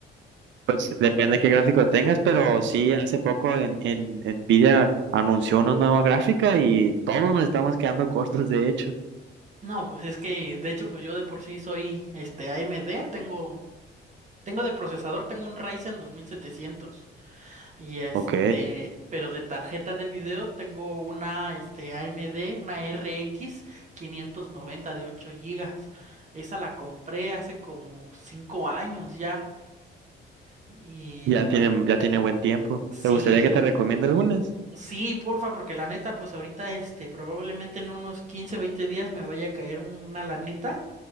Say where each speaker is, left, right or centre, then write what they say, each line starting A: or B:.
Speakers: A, on the right; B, on the right.
A: Pues depende de qué gráfico tengas, pero sí, hace poco en, en Nvidia anunció una nueva gráfica y todos nos estamos quedando cortos, de hecho.
B: No, pues es que de hecho, pues yo de por sí soy este AMD, tengo, tengo de procesador, tengo un Ryzen 2700. Y este,
A: Ok,
B: pero de tarjeta de video tengo una este, AMD, una RX noventa de ocho gigas Esa la compré hace como 5 años ya. Y
A: ya
B: pues
A: tiene,
B: la-
A: ya tiene buen tiempo.
B: sí,
A: ¿Te gustaría que te recomiende algunas?
B: sí, porfa, porque la neta, pues ahorita este, probablemente en unos 15 20 días me vaya a caer una lanita.